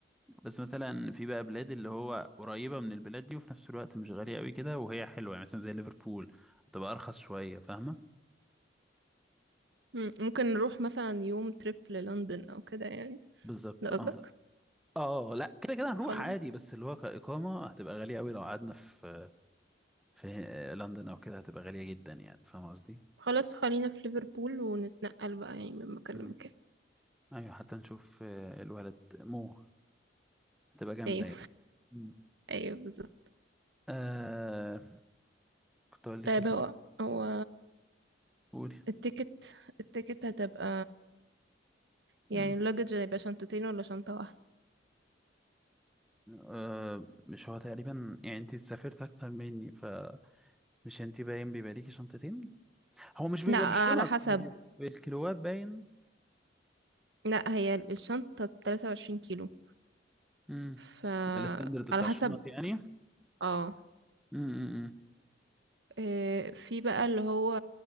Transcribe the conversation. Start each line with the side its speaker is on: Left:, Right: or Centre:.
Centre: بس مثلا في بقى بلاد اللي هو قريبة من البلاد دي وفي نفس الوقت مش غالية قوي كده وهي حلوة يعني مثلا زي ليفربول تبقى ارخص شوية فاهمة
Right: مم. ممكن نروح مثلا يوم تريب للندن او كده يعني
Centre: بالظبط
Right: ده قصدك
Centre: اه اه لا كده كده هنروح
Right: خلاص
Centre: عادي بس اللي هو كإقامة هتبقى غالية قوي لو قعدنا في في لندن او كده هتبقى غالية جدا يعني فاهمة قصدي
Right: خلاص خلينا في ليفربول ونتنقل بقى يعني من مكان
Centre: مم.
Right: لمكان
Centre: ايوه حتى نشوف آه، الولد مو هتبقى جامدة
Right: ايوه
Centre: يعني مم.
Right: ايوه بالظبط
Centre: آه كنت أقول لك
Right: طيب
Centre: إيه تاني؟
Right: هو هو
Centre: قولي
Right: التيكت التيكت هتبقى يعني
Centre: مم.
Right: اللوجج هيبقى شنطتين ولا شنطة واحدة
Centre: آه مش هو تقريبا يعني أنت سافرت أكتر مني فمش أنت باين بيبقى ليكي شنطتين هو مش بيبقى
Right: لا على
Centre: بالشنط
Right: حسب
Centre: هو بيبقى بالكيلوات باين
Right: لا هي الشنطة 23 كيلو
Centre: مم.
Right: ف
Centre: ده الستاندرد بتاع
Right: على حسب
Centre: الشنط يعني مم.
Right: اه
Centre: مم.
Right: إيه، في بقى اللي هو